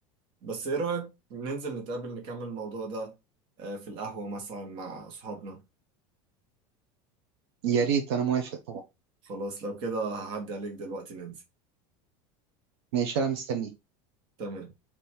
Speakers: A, on the right; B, on the right.
A: بس إيه رأيك ننزل نتقابل نكمل الموضوع ده آه، في القهوة مثلا مع أصحابنا
B: يا ريت انا موافق طبعا
A: خلاص لو كده هعدي عليك دلوقتي ننزل
B: ماشي انا مستني
A: تمام